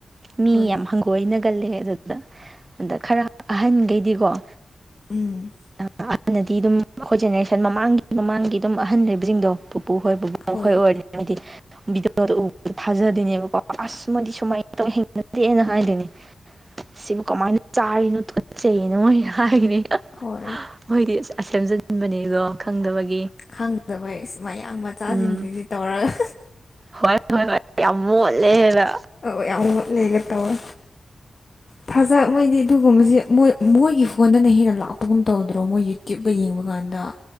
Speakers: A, on the right; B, on the left.
A: ꯃꯤ
B: ꯍꯣꯏ
A: ꯌꯥꯝ ꯍꯪꯉ ꯀꯣꯏꯅꯒꯜꯂꯦ ꯑꯗꯨꯗ ꯑꯗ ꯈꯔ ꯑꯍꯟꯈꯩꯗꯤꯀꯣ
B: ꯎꯝ
A: ꯑꯍꯅꯗꯤ ꯑꯗꯨꯝ ꯑꯩꯈꯣꯏ ꯖꯦꯅꯦꯔꯦꯁꯟ ꯃꯃꯥꯡꯒꯤ ꯃꯃꯥꯡꯒꯤ ꯑꯗꯨꯝ ꯑꯍꯟꯕꯁꯤꯡꯗꯣ ꯄꯨꯄꯨꯈꯣꯏ ꯄꯨꯕꯄꯨꯈꯣꯏ
B: ꯍꯣꯏ
A: ꯑꯣꯏꯔꯅ ꯍꯥꯏꯗꯤ ꯎ ꯊꯥꯖꯗꯣꯏꯅꯦꯕꯀꯣ ꯑꯁ ꯃꯣꯏꯗꯤ ꯁꯨꯃꯥꯏꯅ ꯇꯧ ꯍꯩꯅꯗꯦꯅ ꯍꯥꯏꯗꯨꯅꯦ ꯁꯤꯕꯨ ꯀꯃꯥꯏꯅ ꯆꯥꯔꯤꯅꯣ ꯇꯨꯒꯇ ꯆꯩꯌꯦꯅ ꯍꯥꯏꯔꯤꯅꯤ
B: ꯍꯣꯏ
A: ꯃꯣꯏꯗꯤ ꯁꯦꯝꯖꯤꯟꯕꯅꯦꯀꯣ ꯈꯪꯗꯕꯒꯤ
B: ꯈꯪꯗꯕ ꯃꯌꯥꯡ ꯃꯆꯥꯁꯤꯡꯁꯤꯗꯤ
A: ꯎꯝ
B: ꯇꯧꯔꯒ
A: ꯍꯣꯏ ꯍꯣꯏ ꯍꯣꯏ ꯌꯥꯝ ꯃꯣꯠꯂꯦꯅ
B: ꯑ ꯌꯥꯝ ꯂꯩꯒꯦ ꯇꯧꯋꯦ ꯐꯖ ꯃꯣꯏꯗꯤ ꯑꯗꯨꯒꯨꯝꯕꯁꯦ ꯃꯣꯏ ꯃꯣꯏꯒꯤ ꯐꯣꯟꯗꯅ ꯍꯦꯟꯅ ꯂꯥꯛꯄꯒꯨꯝ ꯇꯧꯗ꯭ꯔꯣ ꯃꯣꯏ ꯌꯨꯇ꯭ꯌꯨꯞꯀ ꯌꯦꯡꯕ ꯀꯥꯟꯗ